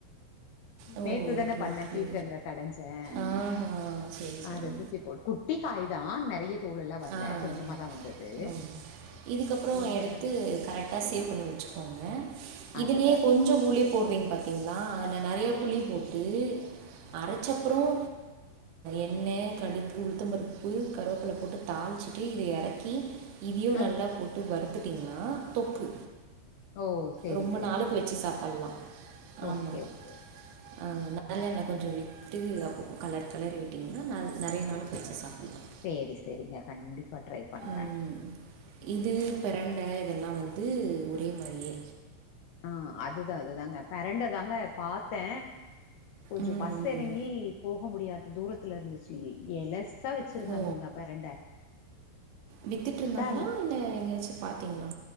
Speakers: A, on the right; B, on the left.
A: ஓ
B: நேத்து
A: ஓகே
B: தான பண்னேன்
A: ஓகே
B: பீக்கங்கா கடைஞ்சேன்
A: ஆஹா சரி சரி
B: அத தூக்கி போடு குட்டி காய் தான் நிறைய தோல்லாம் வரல
A: ஆ
B: கொஞ்சமாதா வந்தது
A: ஆமாம். இதுக்கப்புறம்
B: ஒரு
A: எடுத்து
B: நேரம்
A: கரெக்டா சேவ் பண்ணி வச்சுக்கோங்க இதுலேயே
B: அதுதா அதுதா
A: கொஞ்சம் புளி போடுவிங்க பாத் பாத்தீங்களா அதுல நிறைய
B: ஆ
A: புளி போட்டு அரைச்சப்புறம் எண்ணெய் கடுகு உளுத்தம்பருப்பு கருவேப்பிலை போட்டு தாளிச்சிட்டு இதை இறக்கி இதையும்
B: ஆ
A: நல்லா போட்டு வறுத்துட்டிங்கன்னா தொக்கு
B: ம் ஓ செரி
A: ரொம்ப
B: செரி
A: நாளுக்கு
B: செரி
A: வச்சு சாப்மலாம் ஆமா
B: ஓகே ஓகே ஓகே
A: ஆ
B: ம்
A: நல்லண்ண கொஞ்ச விட்டு அப்போ கெலரி கெலரி விட்டீங்கன்னா ந நிறைய நாளைக்கு வச்சு சாப்பலாம்
B: சேரி சேரிங்க கண்டிப்பா ட்ரை பண்றே
A: ம் இது
B: கண்டிப்பா
A: பெரண்ட
B: ட்ரை
A: இதெல்லாம் வந்து த்து ஒரே மாரியே
B: ஆ அதுதா அதுதாங்க பெரண்ட தாங்க பாத்தே கொஞ்சோ
A: ம்
B: பஸ்
A: ம்.
B: எறங்கி போக முடியாத தூரத்துல இருந்துச்சு எலஸ் சா வச்சுருந்தாங்கங்க
A: ஓ
B: பெரண்ட ஆ
A: வித்திட்ருந்தாங்களா
B: நல்லா
A: இல்ல எங்கயாச்சு பாத்திங்ளா